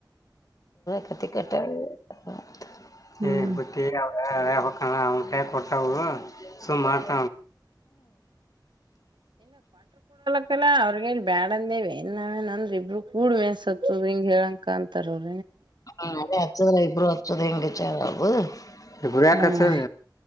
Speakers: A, on the left; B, on the right.
A: ಸತಿ ಕಟ <unintelligible>
B: ಹ್ಮ್
A: ರೇ ಹಕ್ಕಣ ಅವನಕೈಯಾಗ ಕೊಟ್ಟಾವವು ಸುಮ್ಮ್ ಮಾಡ್ತ
B: ಅಲ್ಲಾ ಅವ್ರಗ ಹೇಳ ಬ್ಯಾಡ ಅಂದೇವ ಏನ್ ನಾವೇ. ಅಂದ್ರ ಇಬ್ರು ಕೂಡ್ ಮೆ <unintelligible> ನ್ಸತ್ತದ ಹಿಂಗ ಹೇಳಂಗಅಂತಾರ ಅವರು.
A: ಹ್ಮ, ಅದೇ ಅಚ್ಚದ ಇಬ್ರು ಅಚ್ಚದ ಹೆಂಗಚಾರಬ ದುಡ್ಯಾಕ
B: ಹ್ಮ್
A: ಅಚ್ಚರಿ